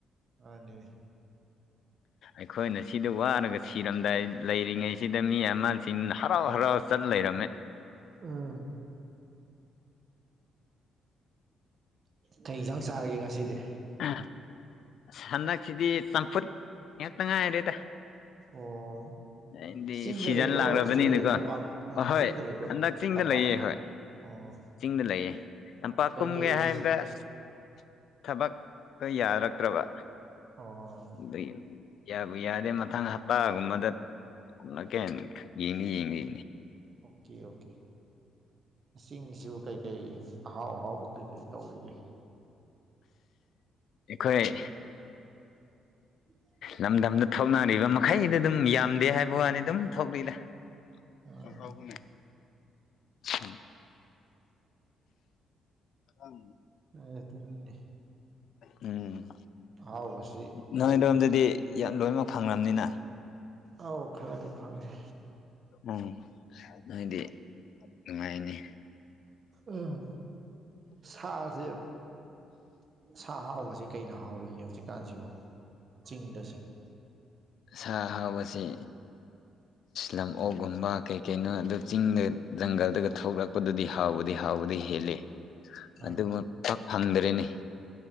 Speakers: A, on the right; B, on the left.
A: ꯃꯥꯅꯦ
B: ꯑꯩꯈꯣꯏꯅ ꯁꯤꯗ ꯋꯥꯔꯒ ꯁꯤꯔꯝꯗꯥꯏ ꯂꯩꯔꯤꯉꯩꯁꯤꯗ ꯃꯤ ꯑꯃꯁꯤꯡ ꯍꯔꯥꯎ ꯍꯔꯥꯎ ꯆꯠ ꯂꯩꯔꯝꯃꯤ
A: ꯎꯝ ꯀꯩ ꯌꯦꯟꯖꯥꯡ ꯆꯥꯔꯒꯦ ꯉꯁꯤꯗꯤ
B: ꯑꯥ ꯑꯁ ꯍꯟꯗꯛꯁꯤꯗꯤ ꯆꯝꯐꯨꯠ ꯉꯥꯛꯇ ꯉꯥꯏꯔꯦꯗ
A: ꯑꯣ
B: ꯑꯩꯗꯤ
A: ꯆꯤꯡꯗ
B: ꯁꯤꯖꯟ
A: ꯂꯩꯕ꯭ꯔꯣ
B: ꯂꯥꯛꯑꯕꯅꯤꯅꯀꯣ
A: ꯁꯦ ꯇꯝꯄꯥꯛ
B: ꯑꯍꯣꯏ
A: ꯆꯤꯡꯗ ꯂꯩꯕ꯭ꯔꯣ
B: ꯍꯟꯗꯛ ꯆꯤꯡꯗ
A: ꯇꯝꯄꯥꯛꯇ
B: ꯂꯩꯌꯦ ꯍꯣꯏ
A: ꯑꯣ
B: ꯆꯤꯡꯗ ꯂꯩꯌꯦ ꯇꯝꯄꯥꯛ
A: ꯀꯩꯀꯩ
B: ꯀꯨꯝꯒꯦ ꯍꯥꯏꯕꯗ ꯑꯁ ꯊꯕꯛꯇ ꯌꯥꯔꯛꯇ꯭ꯔꯕ
A: ꯑꯣ
B: ꯑꯗꯨꯒꯤ ꯌꯥꯕꯨ ꯌꯥꯔꯗꯤ ꯃꯊꯪ ꯍꯞꯇꯥꯒꯨꯝꯕꯗ ꯀꯨꯝꯂꯛꯀꯦ ꯍꯥꯏꯅ ꯌꯦꯡꯗꯤ ꯌꯦꯡꯉꯤ
A: ꯑꯣꯀꯦ ꯑꯣꯀꯦ ꯆꯤꯡꯁꯤꯕꯨ ꯀꯩ ꯀꯩ ꯑꯍꯥꯎ ꯑꯍꯥꯎꯕ ꯀꯩ ꯀꯩ ꯇꯧꯔꯤꯒꯦ
B: ꯑꯩꯈꯣꯏ
A: <inaudible>
B: ꯂꯝꯗꯝꯗ ꯊꯧꯅꯔꯤꯕ ꯃꯈꯩꯗꯤ ꯑꯗꯨꯝ ꯌꯥꯝꯗꯦ ꯍꯥꯏꯕ ꯋꯥꯅꯤ ꯑꯗꯨꯝ ꯊꯣꯛꯂꯤꯗ
A: ꯑꯥ
B: ꯁꯪꯈꯔꯥꯎꯕꯨꯅꯦ ꯑꯁ ꯎꯝ
A: ꯍꯣꯏ ꯑꯗꯨꯅꯤꯅꯦ
B: ꯎꯝ
A: ꯑꯍꯥꯎꯕꯁꯤ
B: ꯅꯣꯏ ꯑꯗꯣꯝꯗꯗꯤ ꯌꯥꯝ ꯂꯣꯏꯅꯃꯛ ꯐꯪꯂꯝꯅꯤꯅ
A: ꯑꯥꯎ ꯈꯔꯗꯤ ꯐꯪꯉꯦ
B: ꯎꯝ ꯅꯣꯏꯗꯤ ꯅꯨꯡꯉꯥꯏꯅꯤ
A: ꯎꯝ ꯁꯥꯖꯦ ꯁꯥ ꯑꯍꯥꯎꯕꯁꯦ ꯀꯩꯅ ꯍꯥꯎꯔꯤꯒꯦ ꯍꯧꯖꯤꯛꯀꯥꯟꯁꯤꯕꯣ ꯆꯤꯡꯗꯁꯦ
B: ꯁꯥ ꯑꯍꯥꯎꯕꯁꯤ ꯂꯝ ꯑꯣꯛꯒꯨꯝꯕ ꯀꯩ ꯀꯩꯅꯣ ꯑꯗꯨ ꯆꯤꯡꯗ ꯖꯪꯒꯜꯗꯒ ꯊꯣꯛꯂꯛꯄꯗꯨꯗꯤ ꯍꯥꯎꯕꯗꯤ ꯍꯥꯎꯕꯗꯤ ꯍꯦꯜꯂꯤ
A: ꯑꯥ
B: ꯑꯗꯨꯃꯛ ꯄꯥꯛ ꯐꯪꯗꯔꯦꯅꯤ